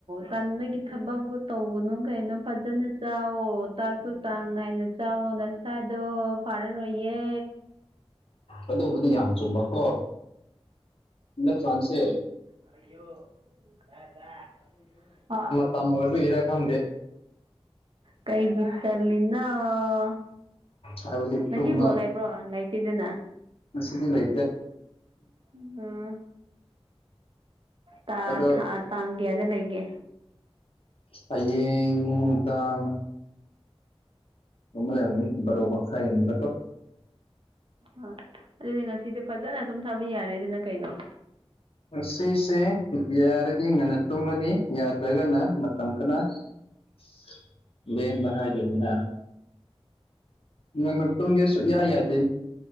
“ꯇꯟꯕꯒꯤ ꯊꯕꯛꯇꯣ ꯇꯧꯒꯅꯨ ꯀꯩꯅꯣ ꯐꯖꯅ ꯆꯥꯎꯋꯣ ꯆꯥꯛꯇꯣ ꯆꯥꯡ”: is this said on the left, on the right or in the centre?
Right